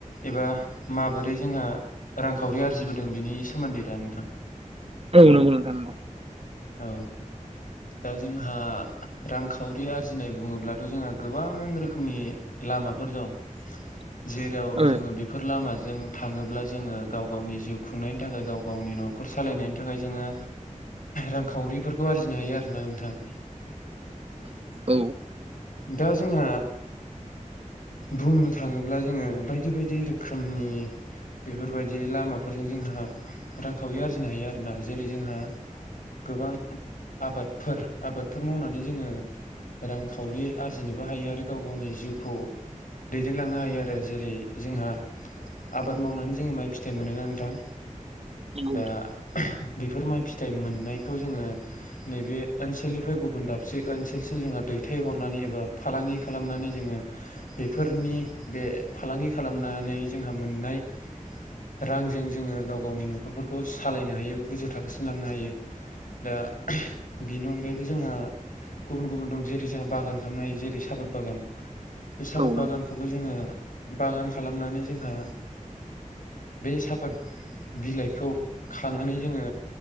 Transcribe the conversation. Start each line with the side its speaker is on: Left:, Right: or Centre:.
Left: एबा माबोरै जोंहा रांखावरि आरजिबोदों बिनि सोमोन्दै दा नोंथां
Right: औ नंगौ नोंथां नंगौ
Left: औ दा जोंहा रांखावरि आरजिनाय बुङोब्लाथ' जोंहा गोबां रोखोमनि लामाफोर दं
Right: <inaudible>
Left: जेराव
Right: ओ
Left: जोङो बेफोर लामा जों थाङोब्ला जोङो गाव गावनि जिउ खुंनायनि थाखाय गाव गावनि न'खर सालायनायनि थाखाय जोङो रांखावरिफोरखौ आरजिनो हायो आरोना नोंथां
Right: औ
Left: दा जोंहा बुंनो थाङोब्ला जोङो बायदि बायदि रोखोमनि बेफोरबायदि लामाफोरजों जोंहा रांखावरि आरजिनो हायो आरोना जेरै जोंहा गोबां आबादफोर आबादफोर मावनानै जोङो रांखावरि आरजिनोबो हायो आरो गाव गावनि जिउखौ दैदेनलांनो हायो आरो जेरै जोंहा आबाद मावनानै जोङो माइ फिथाइ मोनो ना नोंथां
Right: नंगौ
Left: दा
Right: नोंथां
Left: बेफोर माइ फिथाइ मोन नायखौ जोङो नैबे ओनसोलनिफ्राय गुबुन दाबसे ओनसोलसिम जोंहा दैथायहरनानै एबा फालांगि खालामनानै जोङो बेफोरनि बे फालांगि खालामनानै जोंहा मोननाय
Right: <inaudible>
Left: रांजों जोङो गाव गावनि न'खरफोरखौ सालायनो हायो एबा गोजौ थाखोसिम लांनो हायो दा बेनि अनगायैबो जोंहा गुबुन गुबुन दं जेरै जोंहा बागान खालामनो हायो जेरै साफाद बागान बे साफाद
Right: उम औ नंगौ
Left: बागानखौबो जोङो बागान खालामनानै जोंहा बे साफात बिलाइखौ खानानै जोङो